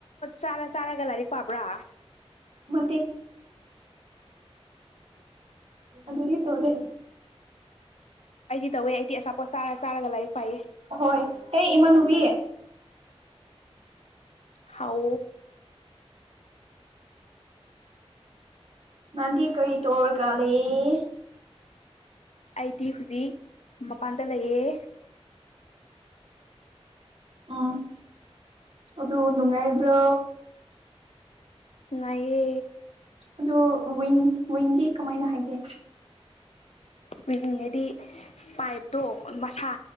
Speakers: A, on the left; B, on the right.
A: ꯆꯥꯔ ꯆꯥꯔꯒ ꯂꯥꯏꯔꯤꯛ ꯄꯥꯕ꯭ꯔꯥ
B: ꯃ ꯑꯗꯨ ꯇꯣꯗꯦ
A: ꯑꯩꯗꯤ ꯇꯧꯋꯦ ꯑꯩꯗꯤ ꯑꯆꯥꯄꯣꯠ ꯆꯥꯔ ꯆꯥꯔꯒ ꯂꯥꯏꯔꯤꯛ ꯄꯥꯏꯌꯦ
B: ꯍꯣꯏ ꯍꯦ ꯏꯃꯥꯟꯅꯨꯕꯤ
A: ꯍꯥꯎ
B: ꯉꯗꯤ ꯀꯔꯤ ꯇꯔꯒꯜꯂꯤꯦ
A: ꯑꯩꯗꯤ ꯍꯧꯖꯤꯛ ꯃꯄꯥꯟꯗ ꯂꯩꯌꯦ
B: ꯑꯥ ꯑꯗꯨ ꯅꯨꯡꯉꯥꯏꯕ꯭ꯔꯣ
A: ꯅꯨꯡꯉꯥꯏꯌꯦ
B: ꯑꯗꯣ ꯋꯤꯟ ꯋꯤꯟꯗꯤ ꯀꯃꯥꯏꯅ ꯍꯥꯏꯒꯦ
A: ꯄꯉꯗꯤ ꯄꯥꯏꯞꯇꯣ ꯃꯁꯥ